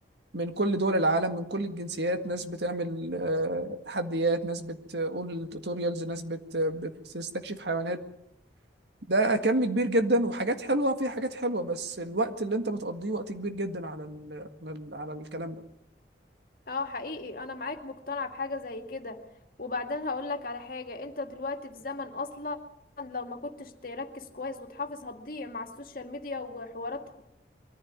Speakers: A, on the right; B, on the left.
A: من كل دول العالم من كل الجنسيات ناس بتعمل آه، تحديات ناس بتقول توتوريالز ناس بت بتستكشف حيوانات ده كم كبير جدا وحاجات حلوه في حاجات حلوه بس الوقت اللي انت بتقضيه وقت كبير جدا على ال على, ال على الكلام ده
B: اه حقيقي انا معاك مقتنعة بحاجة زي كده وبعدين هقولك على حاجة انت دلوقتي في زمن اصلا لو ما كنتش تركز كويس وتحافظ هتضيع مع السوشيال ميديا وحواراتها